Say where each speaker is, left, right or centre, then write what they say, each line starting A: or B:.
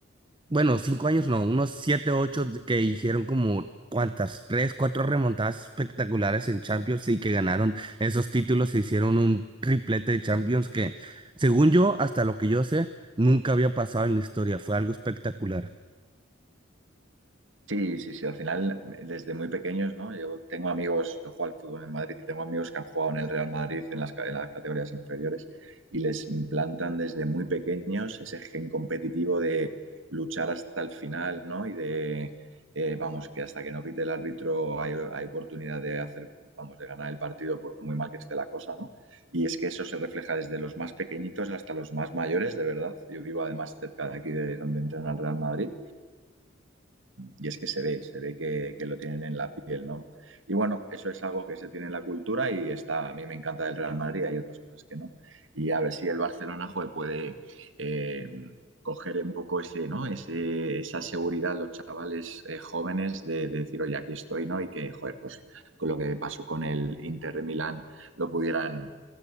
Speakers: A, on the right; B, on the right.
A: Bueno, cinco años no, unos siete, ocho que hicieron como cuantas, tres, cuatro remontadas espectaculares en Champions y que ganaron esos títulos e hicieron un triplete de Champions que, según yo, hasta lo que yo sé, nunca había pasado en la historia. Fue algo espectacular.
B: Sí, sí, sí. Al final, desde muy pequeños, ¿no? Yo tengo amigos, yo juego al fútbol en Madrid y tengo amigos que han jugado en el Real Madrid en las, ca- en las categorías inferiores y les implantan desde muy pequeños ese gen competitivo de luchar hasta el final, ¿no? Y de, eh, vamos, que hasta que no pite el árbitro hay, hay oportunidad de hacer, vamos, de ganar el partido por muy mal que esté la cosa, ¿no? Y es que eso se refleja desde los más pequeñitos hasta los más mayores, de verdad. Yo vivo además cerca de aquí de donde entrena el Real Madrid y es que se ve, se ve que, que, lo tienen en la piel, ¿no? Y bueno, eso es algo que se tiene en la cultura y está, a mí me encanta el Real Madrid, hay otras cosas que no. Y a ver si el Barcelona joder, puede eh, coger un poco ese, ¿no? Ese, esa seguridad los chavales eh, jóvenes de, de, decir, oye, aquí estoy, ¿no? Y que, joder, pues con lo que pasó con el Inter de Milán lo pudieran